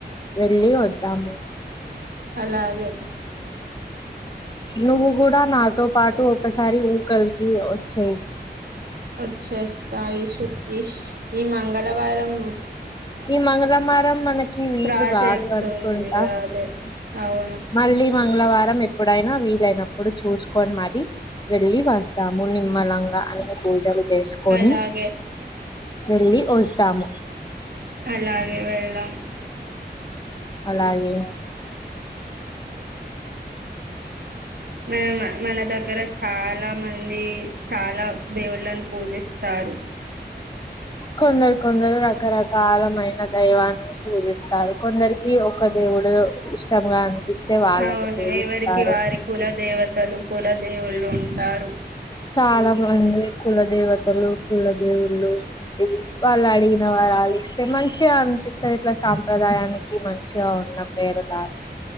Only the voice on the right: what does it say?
అలాగే.
వచ్చేస్తా ఈషు ఇష్ ఈ మంగళవారం.
ప్రాజెక్ట్
ఉంది అదే అవును
అలాగే
అలాగే వెళ్దాం
మన మన దగ్గర చాలా మంది చాలా దేవుళ్ళను పూజిస్తారు
అవును
ఎవరికి వారి కుల దేవతలు కుల దేవుళ్ళు ఉంటారు